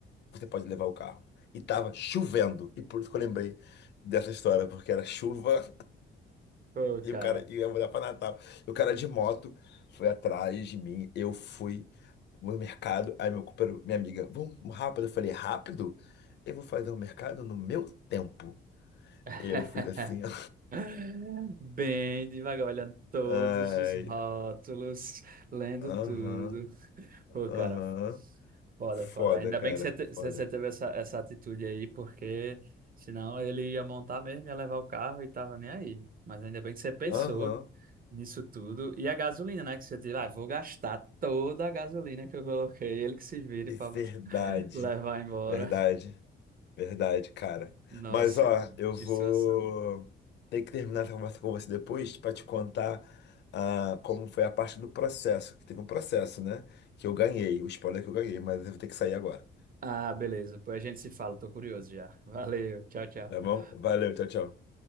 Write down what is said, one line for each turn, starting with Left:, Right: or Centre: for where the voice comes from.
Left: você pode levar o carro. E tava chovendo. E por isso que eu lembrei dessa história, porque era chuva
Right: Pô,
Left: e
Right: cara.
Left: o cara ia mudar pra Natal. E o cara de moto foi atrás de mim. Eu fui no mercado. Aí meu companheiro, minha amiga, vamos rápido. Eu falei, rápido? Eu vou fazer o mercado no meu tempo.
Right: <laughs>
Left: Eu fiz assim, ó.
Right: <laughs> Bem devagar, olhando todos
Left: Ai,
Right: os rótulos, lendo
Left: aham,
Right: tudo. Pô, cara,
Left: aham.
Right: foda,
Left: Foda,
Right: foda. Ainda
Left: cara,
Right: bem que você, te- você
Left: foda.
Right: você teve essa, essa atitude aí, porque senão ele ia montar mesmo, ia levar o carro e tava nem aí. Mas ainda bem que você pensou
Left: Aham,
Right: nisso tudo. E a gasolina, né? Que você teve, ah, vou gastar toda a gasolina que eu coloquei, ele que se vire
Left: é
Right: pra
Left: verdade,
Right: botar- <laughs> levar embora.
Left: verdade. Verdade, cara.
Right: Nossa,
Left: Mas ó,
Right: cara,
Left: eu vou
Right: que situação.
Left: ter que terminar essa conversa com você depois para te contar ah, como foi a parte do processo, que teve um processo, né? Que eu ganhei, o spoiler que eu ganhei, mas eu vou ter que sair agora.
Right: Ah, beleza. Depois a gente se fala. Tô curioso já. Valeu. Tchau, tchau.
Left: Tá bom? Valeu, tchau, tchau.